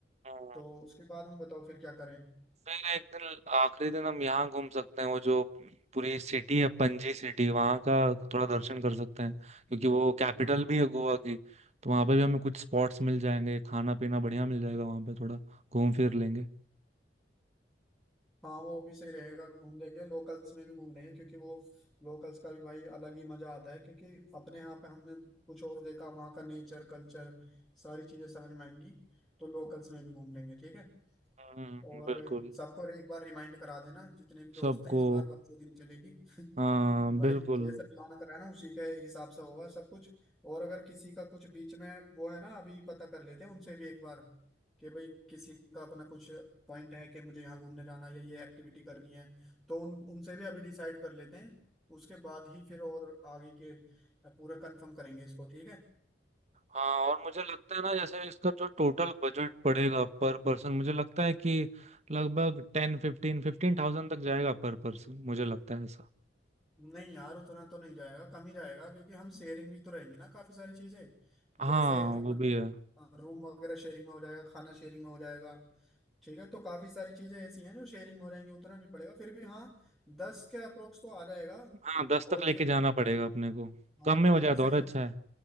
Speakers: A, on the right (about 40°); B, in the centre.
A: हम्म।
B: तो उसके बाद में बताओ फिर क्या करें
A: फिर एक दिन आखिरी दिन हम यहाँ घूम सकते हैं वो जो पूरी सिटी है पणजी सिटी वहाँ का थोड़ा दर्शन कर सकते हैं क्योंकि वो कैपिटल भी है गोवा की तो वहाँ पे भी हमें कुछ स्पॉट्स मिल जाएंगे खाना पीना बढ़िया मिल जाएगा वहाँ पे थोड़ा घूम फिर लेंगे
B: हाँ वो भी सही रहेगा घूम लेंगे लोकल्स में भी घूम लेंगे क्योंकि वो लोकल्स का भी भाई अलग ही मजा आता है क्योंकि अपने यहाँ पे हमने कुछ और देखा वहाँ का नेचर कल्चर सारी चीजें समझ में आएंगी तो लोकल्स में भी घूम लेंगे ठीक है
A: हम्म
B: और
A: बिल्कुल
B: सबको एक बार रिमाइंड करा देना जितने भी दोस्त
A: सबको
B: हैं इस बार बखूबी चलेगी <laughs>
A: हाँ
B: भाई
A: बिल्कुल
B: जैसे प्लान करा ना उसी के हिसाब से होगा सब कुछ और अगर किसी का कुछ बीच में वो है ना अभी पता कर लेते हैं उनसे भी एक बार कि भाई किसी का अपना कुछ पॉइंट है कि मुझे यहाँ घूमने जाना है या ये एक्टिविटी करनी है तो उन उनसे भी अभी डिसाइड कर लेते हैं उसके बाद ही फिर और आगे के पूरा कंफर्म करेंगे इसको ठीक है
A: हाँ और मुझे लगता है ना जैसे इसका जो टोटल बजट पड़ेगा पर पर्सन मुझे लगता है कि लगभग टेन फिफ्टीन फिफ्टीन थाउजेंड तक जाएगा पर पर्सन मुझे लगता है ऐसा
B: नहीं यार उतना तो नहीं जाएगा कम ही जाएगा क्योंकि हम शेयरिंग भी तो रहेंगे ना काफी सारी चीजें
A: हाँ
B: जैसे अपन
A: वो भी है
B: रूम वगैरह शेयरिंग में हो जाएगा खाना शेयरिंग में हो जाएगा ठीक है तो काफी सारी चीजें ऐसी हैं जो शेयरिंग में हो जाएंगी उतना नहीं पड़ेगा फिर भी हाँ दस के अप्रोक्स तो आ जाएगा
A: हाँ दस
B: और
A: तक लेके
B: फिर
A: जाना पड़ेगा अपने को
B: हाँ
A: कम में
B: काफी
A: हो जाए
B: सही
A: तो और अच्छा
B: है यार
A: है